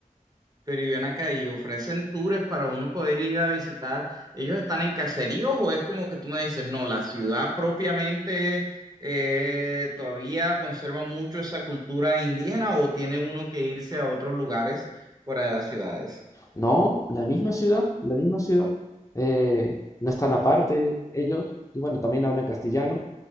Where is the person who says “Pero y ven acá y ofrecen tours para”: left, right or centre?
Right